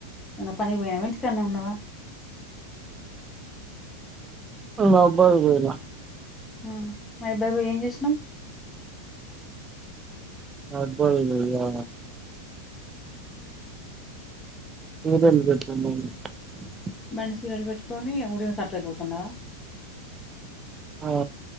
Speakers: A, on the left; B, on the right.
A: ఏమన పని వొయినవా ఇంటి కాన్నే ఉన్నావా
B: అబ్బద్దుగదా
A: ఆ మై బద్ వొయి ఎం చేసినావ్
B: అబ్బదు గదా <unintelligible>
A: మనసిరల్ వెట్టుకొని ఊరిలా స గుకున్నా
B: ఆ